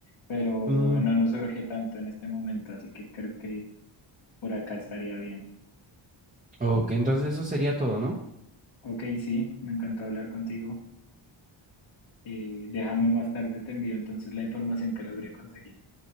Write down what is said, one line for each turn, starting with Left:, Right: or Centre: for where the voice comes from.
Left: pero
Right: Mm,
Left: no nos urge tanto en este momento, así que creo que por acá estaría bien.
Right: ok, entonces eso sería todo, ¿no?
Left: Ok, sí, me encantó hablar contigo. Eh, déjame más tarde, te envío entonces la información que logré conseguir.